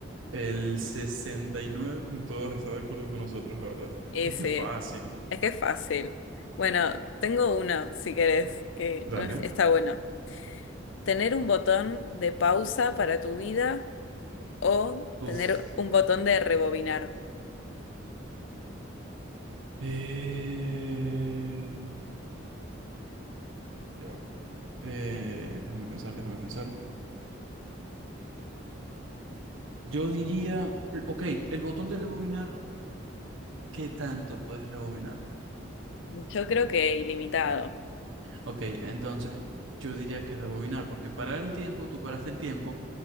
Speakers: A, on the right (about 80°); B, on the left (about 70°).
A: El sesenta y nueve punto dos está de acuerdo con nosotros, la verdad.
B: Ese,
A: Es que fácil.
B: es que es fácil. Bueno,
A: Sí.
B: tengo uno, si querés, que
A: Dale.
B: está bueno. Tener un botón de pausa para tu vida o
A: Uf.
B: tener un botón de rebobinar.
A: Eh, ya va. Eh, déjame pensar, déjame pensar. Yo diría, ok, el botón de rebobinar, ¿qué tanto puedes rebobinar?
B: Yo creo que ilimitado.
A: Ok, entonces yo diría que rebobinar, porque parar el tiempo, tú paraste el tiempo,